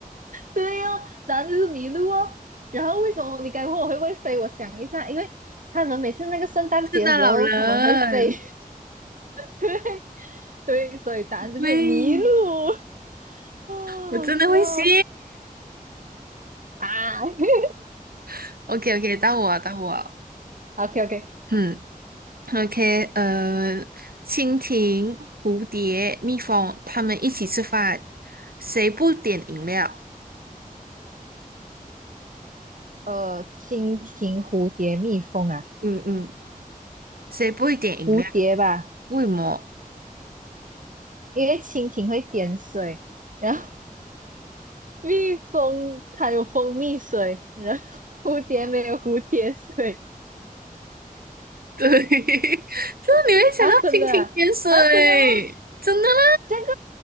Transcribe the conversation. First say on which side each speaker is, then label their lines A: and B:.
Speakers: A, on the right; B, on the right.
A: 对哦，答案就是迷路哦。然后为什么你该问我会不会飞？我想一下，因为他们每次那个圣诞节的时候他们会飞，
B: 圣诞老人，
A: <laughs> 对，所以答案就是迷路。
B: <laughs> 喂，
A: <laughs> 啊，
B: 我真的会谢
A: 好笑哦啊 <laughs>
B: <laughs> o k o k <laughs> 到我，到我，
A: ！OK OK，
B: 嗯，OK，呃，蜻蜓、蝴蝶、蜜蜂，它们一起吃饭，谁不点饮料？
A: 呃，蜻蜓、蝴蝶、蜜蜂啊，
B: 嗯嗯，谁不会点饮料？
A: 蝴蝶吧。
B: 为什么？
A: 因为蜻蜓会点水，然后蜜蜂它有蜂蜜水，然后蝴蝶没有蝴蝶水。
B: 对，<laughs> 就是你会想到蜻蜓点水，
A: 啊，真的啊，啊真的吗？
B: 真的吗？
A: 这个